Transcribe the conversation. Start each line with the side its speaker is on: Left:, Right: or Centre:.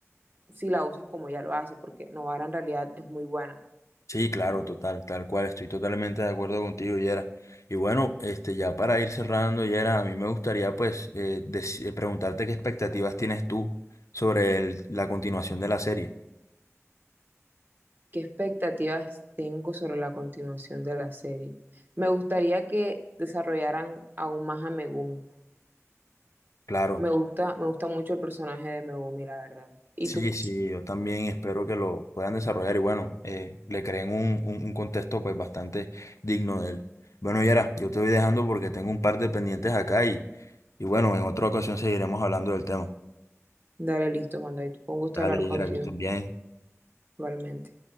Right: si la usas como ella lo hace, porque Novara en realidad es muy buena.
Left: Sí, claro, total, tal cual, estoy totalmente de acuerdo contigo, Yera. Y bueno, este, ya para ir cerrando, Yera, a mí me gustaría pues eh, deci- eh, preguntarte qué expectativas tienes tú sobre el- la continuación de la serie.
Right: ¿Qué expectativas tengo sobre la continuación de la serie? Me gustaría que desarrollaran aún más a Megumi.
Left: Claro.
Right: Me gusta, me gusta mucho el personaje de Megumi, la verdad. Y
Left: Sí,
Right: tú,
Left: sí, yo también espero que lo puedan desarrollar y bueno, eh, le creen un, un- un contexto pues bastante digno de él. Bueno, Yera, yo te voy dejando porque tengo un par de pendientes acá y, y bueno, en otra ocasión seguiremos hablando del tema.
Right: dale listo, Juan David. Fue un gusto
Left: Dale,
Right: hablar
Left: Yera,
Right: contigo,
Left: que estén bien.
Right: igualmente.